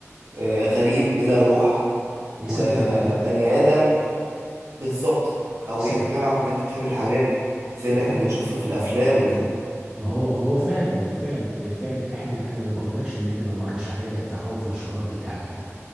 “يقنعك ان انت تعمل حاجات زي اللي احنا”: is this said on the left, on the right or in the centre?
Right